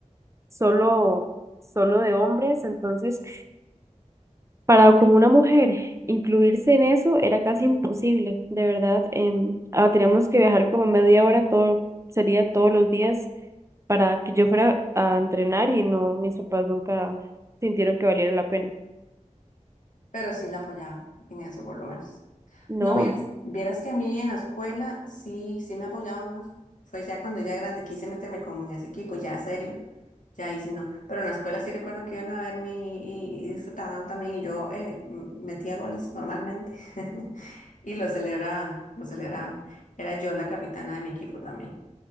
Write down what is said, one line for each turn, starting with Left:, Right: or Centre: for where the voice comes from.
Right: solo, solo de hombres. Entonces... Para como una mujer incluirse en eso era casi imposible, de verdad. em, ah, teníamos que viajar como media hora, todo, sería todos los días para que yo fuera a entrenar y no, mis papás nunca sintieron que valiera la pena.
Left: Pero sí la apoyaban en eso por lo menos.
Right: No,
Left: No, vieras, vieras que a mí en la escuela sí, sí me apoyaban más. Fue ya cuando ya grande quise meterme como en ese equipo, ya serio. Ya ahí sí no. Pero en la escuela sí recuerdo que iban a verme y, y disfrutaban también y yo eh, m- metía goles normalmente <laughs> y lo celebraban, lo celebraban. Era yo la capitana de mi equipo también.